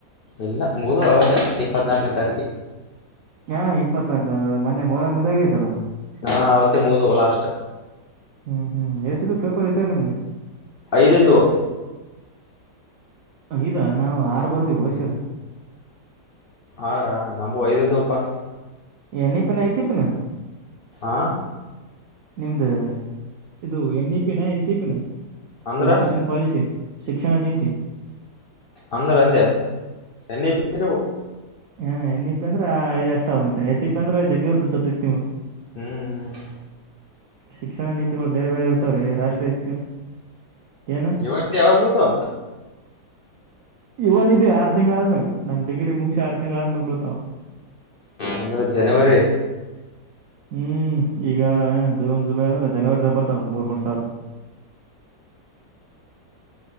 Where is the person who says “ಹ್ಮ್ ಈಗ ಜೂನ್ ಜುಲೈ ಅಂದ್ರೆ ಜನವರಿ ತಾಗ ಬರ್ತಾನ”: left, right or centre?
Right